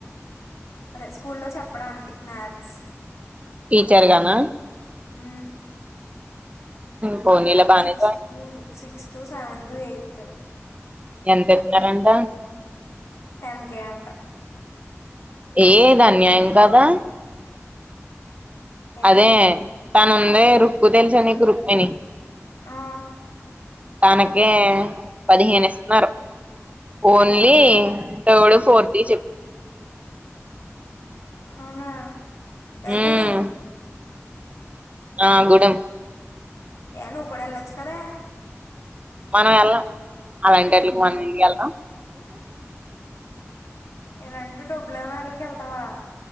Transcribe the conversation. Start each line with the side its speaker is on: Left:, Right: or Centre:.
Left: అదే స్కూల్లో చెప్పడానికి మ్యాథ్స్
Right: టీచర్గానా
Left: ఊ
Right: ఉహు పోనీలే బానే
Left: సిక్స్తో సిక్స్త్ సెవెన్త్ ఎయిత్
Right: ఎంత ఇత్తునారంట
Left: టెన్ కే అంట
Right: ఏ ఇది అన్యాయం కదా
Left: ఏ
Right: అదే తనుందే రుక్ తెలుసా నీకు రుక్మిణి
Left: ఆ
Right: తానకే పదిహేను ఇస్తున్నారు ఓన్లీ థర్డ్ ఫోర్త్ చెప్
Left: అవునా
Right: ఉమ్
Left: గుడం
Right: ఆ గుడం
Left: ఏను కూడా వెళ్ళొచ్చు కదా
Right: మనం వెళ్లం అలాంటి అట్లకి మనం
Left: ఏ
Right: ఇయ్యళ్ల
Left: ఎలాంటె డబ్బులు ఇయ్యని ఆళ్ళకి ఎళ్తావా